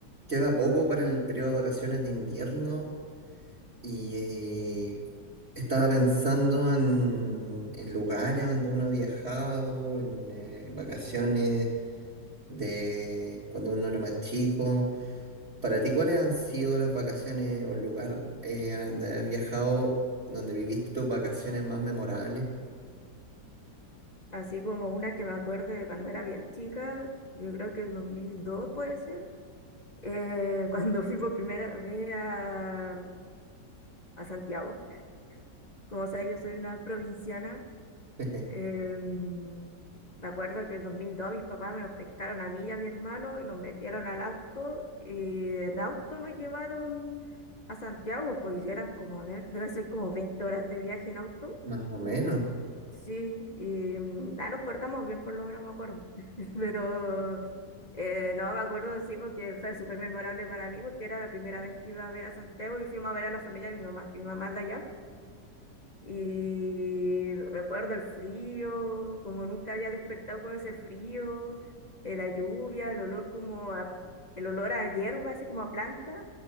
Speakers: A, on the right; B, on the left.
A: Queda poco para el periodo de vacaciones de invierno y eh, estaba pensando en, en lugares donde uno ha viajado, en eh, vacaciones de cuando uno era más chico. Para ti, ¿cuáles han sido las vacaciones o el lugar eh, a donde has viajado, donde viviste tus vacaciones más memorables?
B: Así como una que me acuerdo de cuando era bien chica, yo creo que el 2002 puede ser, eh, <laughs> cuando fui por primera vez a, a Santiago. Como sabes, yo soy una provinciana.
A: <laughs>
B: em, me acuerdo que el 2002 mis papás me los pescaron a mí y a mi hermano y nos metieron al auto y en auto nos llevaron a Santiago, pues y eran como, a ver, debe ser como 20 horas de viaje en auto.
A: Más o menos,
B: Sí, y mm, ah, nos portamos bien, por lo menos me acuerdo. <laughs> Pero eh, no me acuerdo, sí, porque fue súper memorable para mí, porque era la primera vez que iba a ver a Santiago y fuimos a ver a la familia de mi mamá, que mi mamá es de allá. Y recuerdo el frío, como nunca había despertado con ese frío, eh, la lluvia, el olor como a, el olor a hierba, así como a planta